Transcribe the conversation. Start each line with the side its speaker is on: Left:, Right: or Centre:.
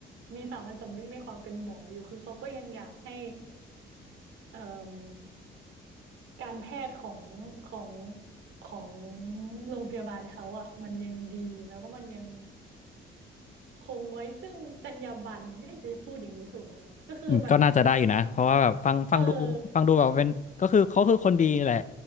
Right: มีสามัญสำนึกในความเป็นหมออยู่คือเขาก็ยังอยากให้เอ่มการแพทย์ของของของโรงพยาบาลเขาอ่ะมันยังดีแล้วก็มันยัง คงไว้ซึ่งจรรยาบรรณเนี่ยจะพูดอย่างนี้ถูกไหมก็คือแบบ
Left: อืมก็น่าจะได้อยู่นะเพราะว่าแบบฟังฟังดูฟังดูแบบเป็นก็คือเขาคือคนดีแหละ
Right: เออ